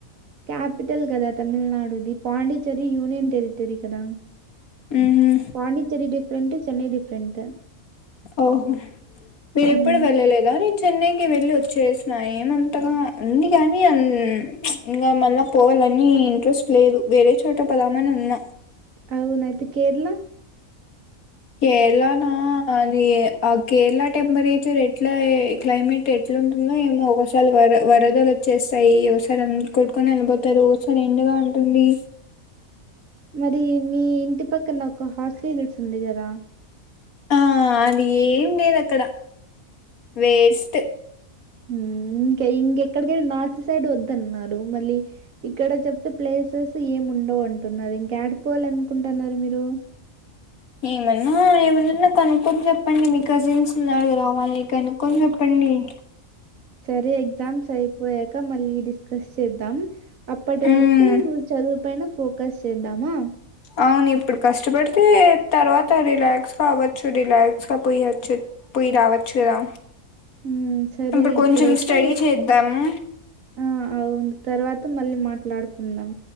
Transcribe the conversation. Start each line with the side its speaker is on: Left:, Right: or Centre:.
Right: క్యాపిటల్ కదా తమిళనాడు ది పాండిచ్చెర్రి యూనియన్ టెరిటరీ కదా
Left: ఉహు
Right: పాండిచ్చెర్రి డిఫరెంట్ చెన్నై డిఫరెంట్
Left: ఓహో మీరు
Right: ఉమ్,
Left: ఎప్పుడూ వెళ్ళలేదా నేను చెన్నైకి వెళ్ళి వొ చేసిన ఏమంతగా ఉంది కానీ అ ఇంకా మళ్ళీ పోవాలని ఇంట్రెస్ట్ లేదు వేరే చోట పోదామని ఉన్నా
Right: అవునైతే కేరళ
Left: కేరళ నా అది ఆ కేరళ టెంపరేచర్ ఎట్లా క్లైమేట్ ఎ ఎట్లుంటుందో ఏమో ఒకసారి వర వరదలు వచ్చేస్తాయి ఒసారి అ కొట్టుకొని ఎళ్ళిపోతారు ఒకసారి ఏం ఎండగా ఉంటుంది
Right: మరి మీ ఇంటి పక్కన ఒక హార్స్లీ హిల్స్ ఉంది గదా
Left: ఆ అది ఏం లేదు అక్కడ వేస్ట్
Right: ఉమ్ ఇంకా ఇంకెక్కడిక వెెళ్ళి నార్త్ సైడ్ వద్దన్నారు. మళ్ళీ ఇక్కడ చెప్తే ప్లేసెస్ ఏం ఉండవు అంటున్నారు ఇంకా ఆడుపోవాల అనుకుంటున్నారు మీరు
Left: ఏమన్నా ఏమన్నాన్నా కనుక్కొని చెప్పండి మీ కజిన్స్ ఉన్నారుగదా వాళ్ళని కనుక్కొని చెప్పండి ఉమ్
Right: సరే ఎగ్జామ్స్ అయిపోయాక మళ్ళీ డిస్కస్ చేద్దాం. అప్పటి వరకు
Left: ఉమ్
Right: చదువు పైన ఫోకస్ చేద్దామా!
Left: అవును ఇప్పుడు కష్టపడితే తర్వాత రిలాక్స్ గా అవ్వచ్చు రిలాక్స్ గా పోయొచ్చు. పోయి రావచ్చు కదా
Right: ఉమ్, సరే
Left: ఇప్పుడు కొంచెం
Right: ఇప్పుడైతే
Left: స్టడీ చేద్దాము.
Right: ఆ అవును తర్వాత మళ్ళీ మాట్లాడుకుందాం.